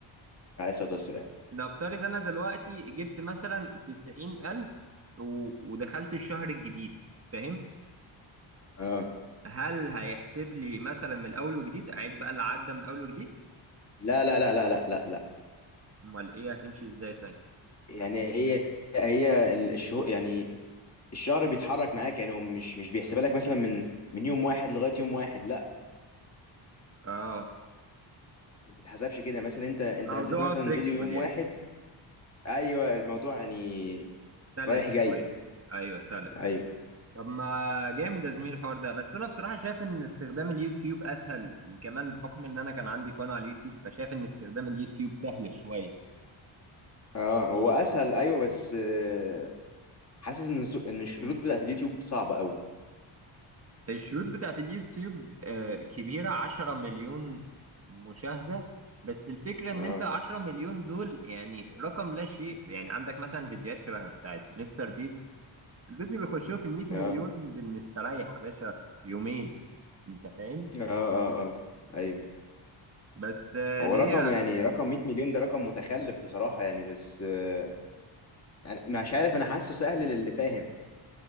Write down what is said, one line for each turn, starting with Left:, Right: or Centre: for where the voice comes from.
Left: عليه الصلاه والسلام
Right: نفترض انا دلوقتي جبت مثلا 90000 و... ودخلت الشهر الجديد فاهم
Left: اه
Right: هل هيحسب لي مثلا من الاول وجديد اعيد بقى اللي عدى من اول وجديد
Left: لا لا لا لا لا لا لا
Right: امال ايه هتمشي ازاي طيب
Left: يعني هي هي ال- الشهو يعني الشهر بيتحرك معاك يعني هو مش مش بيحسبها لك مثلا من من يوم واحد لغايه يوم واحد لا
Right: اه
Left: ما بتتحسبش كده مثلا انت انت
Right: الموضوع
Left: نزلت مثلا
Right: فليكسبل
Left: فيديو يوم
Right: يعني
Left: واحد ايوه الموضوع يعني
Right: سلس
Left: رايح
Right: شويه
Left: جاي
Right: ايوه سلس
Left: ايوه
Right: طب ما جامد يا زميلي الحوار ده بس انا بصراحه شايف ان استخدام اليوتيوب اسهل كمان بحكم ان انا كان عندي قناه على اليوتيوب فشايف ان استخدام اليوتيوب سهل شويه
Left: اه هو اسهل ايوه بس آه، حاسس ان الس- ان الشروط بتاعت اليوتيوب صعبه قوي
Right: الشروط بتاعت اليوتيوب آه، كبيرة عشرة مليون مشاهدة بس الفكرة ان
Left: اه
Right: انت عشرة مليون دول يعني رقم لا شيء يعني عندك مثلا فيديوهات شبه بتاعت مستر بيست الفيديو بيخشوه في المية مليون
Left: اه
Right: بالمستريح يا باشا في يومين انت فاهم
Left: اه اه اه ايوه
Right: بس آه،
Left: هو
Right: هي
Left: رقم يعني رقم 100 مليون ده رقم متخلف بصراحه يعني بس آه، يعني مش عارف انا حاسه سهل للي فاهم